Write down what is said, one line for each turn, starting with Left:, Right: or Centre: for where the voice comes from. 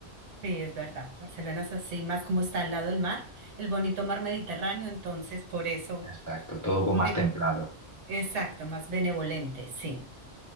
Right: sí, es verdad. Barcelona es así, más como está al lado del mar, el bonito mar Mediterráneo, entonces por eso,
Left: Exacto, todo con
Right: de,
Left: más templado.
Right: exacto, más benevolente, sí.